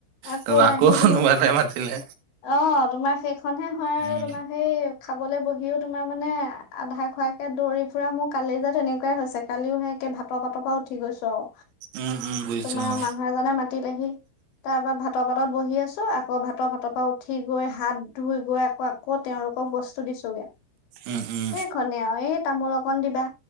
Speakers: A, on the left; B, on the right.
A: আকৌ
B: তাৰপৰা
A: আহি
B: কোনোবা
A: তুমি
B: এটাই মাতিলে
A: অ', তোমাৰ খনহে হয়,
B: উম
A: আৰু তোমাৰ সেই খাবলৈ বহিয়ো তোমাৰ মানে আধা খোৱাকে দৌৰি ফুৰা, মোৰ কালি যে, তেনেকুৱাই হৈছে কালিও সেই একে ভাতৰ পাতৰ পৰা উঠি গৈছোঁ আৰু।
B: উম উম বুজিছো
A: তোমাৰ
B: অ
A: মানুহ এজনে মাতিলেহি। তাপা ভাতৰ পাতত বহি আছোঁ, আকৌ ভাতৰ ভাতৰ পৰা উঠি গৈ হাত ধুই গৈ আকৌ, আকৌ তেওঁলোকক বস্তু দিছোগে।
B: উম উম
A: এইখনেই আৰু এই তামোল অকণ দিবা,